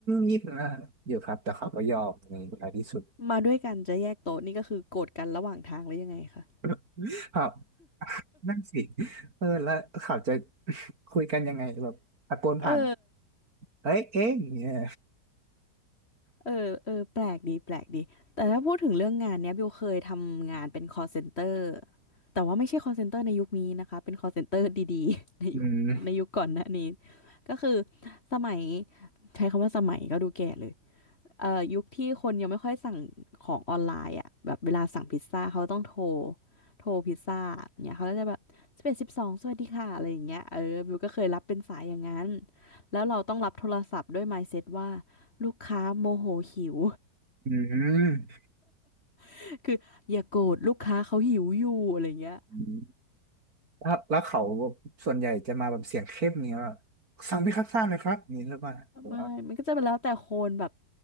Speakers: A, on the right; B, on the left.
A: งิบนะอยู่ครับแต่เขาก็ยอมในท้ายที่สุด
B: มาด้วยกันจะแยกโต๊ะนี่ก็คือโกรธกันระหว่างทางหรือยังไงคะ
A: <coughs> <laughs> ครับ <coughs> นั่นสิเออแล้วเขาจะ <laughs> คุยกันยังไงแบบตะโกนผ่าน
B: เออ
A: เอ้ยเอ๊ะอย่างเนี่ย
B: เออเออแปลกดีแปลกดีแต่ถ้าพูดถึงเรื่องงานเนี้ยบิวเคยทำงานเป็น call center แต่ว่าไม่ใช่ call center ในยุคนี้นะคะเป็น call center ดีๆ <laughs> ในยุคในยุคก่อนหน้านี้
A: อืม
B: ก็คือสมัยใช้คำว่าสมัยก็ดูแก่เลย เอ่อยุคที่คนยังไม่ค่อยสั่งของออนไลน์อ่ะแบบเวลาสั่งพิซซ่าเขาต้องโทรโทรพิซซ่าเนี่ยเขาก็จะแบบสิบเอ็ดสิบสองสวัสดีค่ะอะไรอย่างเงี้ยเออบิวก็เคยรับเป็นสายอย่างนั้นแล้วเราต้องรับโทรศัพท์ด้วย mindset ว่าลูกค้าโมโหหิว
A: อืม
B: <laughs> คืออย่าโกรธลูกค้าเขาหิวอยู่อะไรอย่างเงี้ย
A: อืมแล้วแล้วเขาส่วนใหญ่จะมาแบบเสียงเข้มเนี่ยสั่งพิคัสซ่าหน่อยครับอนี่หรือเปล่าหรือว่า
B: ไม่มันก็จะเป็นแล้วแต่คนแบบ